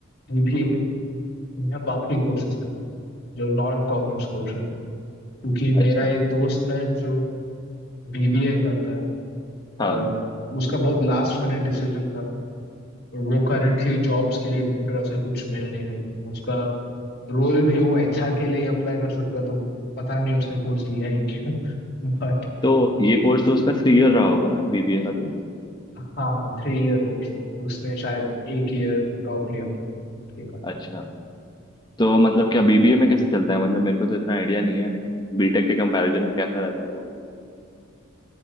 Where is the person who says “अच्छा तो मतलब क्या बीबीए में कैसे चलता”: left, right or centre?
Left